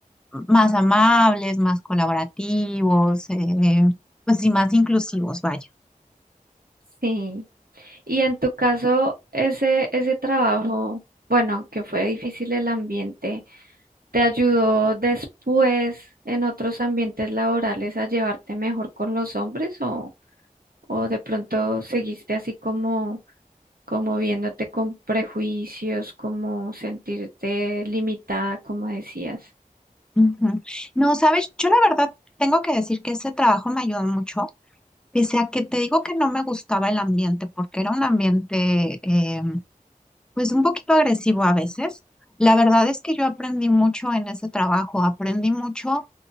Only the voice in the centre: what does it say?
más amables, más colaborativos, eh, pues y más inclusivos, vaya.
Ujú. No, sabes, yo la verdad tengo que decir que ese trabajo me ayudó mucho Pese a que te digo que no me gustaba el ambiente, porque era un ambiente eh, pues un poquito agresivo a veces, la verdad es que yo aprendí mucho en ese trabajo, aprendí mucho